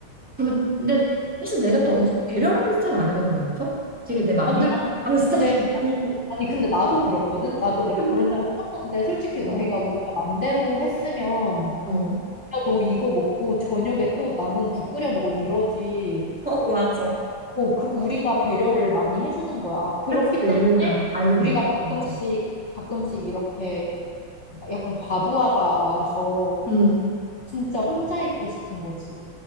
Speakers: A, in the centre; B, on the left.
A: 그- 근데 사실 내가 또
B: 어.
A: 엄청 배려하는 스타일은 아니거든 남편. 되게 내 맘대로
B: 아니, 아니,
A: 하는 스타일인데.
B: 근데, 아니, 그- 아니, 근데 나도 그렇거든? 나도
A: <laughs>
B: 내가
A: 근데도
B: 그런다고 생각하는데, 솔직히 우리가
A: 어, 어,
B: 우리가 맘대로 했으면,
A: <laughs>
B: 야, 너 이거 먹고 저녁에 또 남은 국 끓여 먹어, 이러지.
A: 어, 맞아.
B: 어, 그, 우리가 배려를 많이 해주는 거야. 그렇기
A: 그치,
B: 때문에
A: 우리가 알게 모르게
B: 우리가 가끔씩,
A: 맞아.
B: 가끔씩 이렇게 막 약간 과부하가 와서
A: 음,
B: 진짜 혼자 있고 싶은 거지.